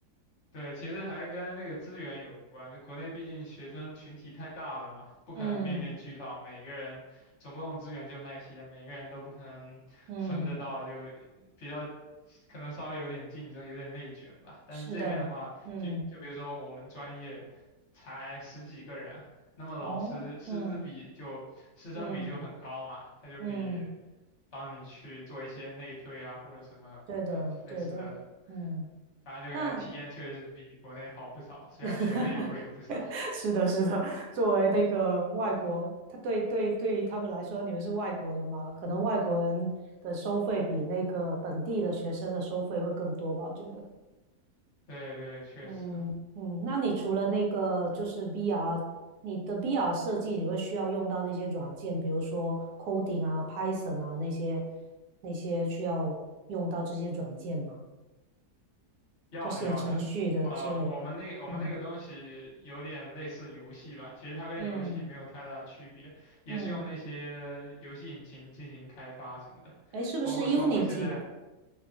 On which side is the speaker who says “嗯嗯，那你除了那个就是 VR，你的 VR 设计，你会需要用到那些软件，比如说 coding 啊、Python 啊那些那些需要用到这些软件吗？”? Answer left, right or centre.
Right